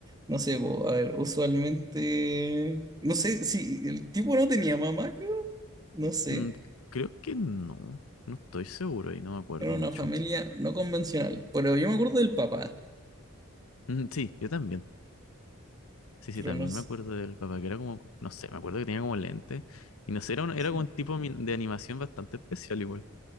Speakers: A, on the right; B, on the left.
A: no sé, po, a ver, usualmente, no sé, si el tipo no tenía mamá, creo, no sé.
B: Mm, creo que no, no estoy seguro y no me acuerdo
A: Era una
B: mucho.
A: familia no convencional, pero yo me acuerdo del papá,
B: Mm, sí, yo también. Sí,
A: pero
B: sí, también
A: no s-
B: me acuerdo del papá, que era como, no sé, me acuerdo que tenía como lente. Y no sé, era, un- era
A: sí.
B: como un tipo mi- de animación bastante especial igual.